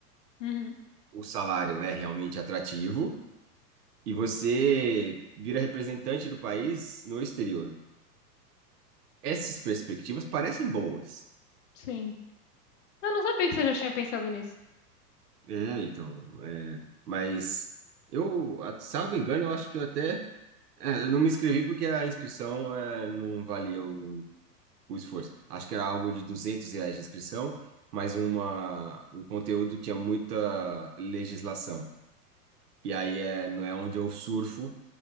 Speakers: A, on the left; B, on the right.
A: Uhum,
B: o salário é realmente atrativo e você vira representante do país no exterior. Essas perspectivas parecem boas.
A: sim. Eu não sabia que você já tinha pensado nisso.
B: É, então, é, mas eu, a- salvo engano, eu acho que eu até, é, eu não me inscrevi porque a inscrição é, não valia o o esforço. Acho que era algo de 200 reais de inscrição, mas uma, o conteúdo tinha muita legislação. E aí é, não é onde eu surfo,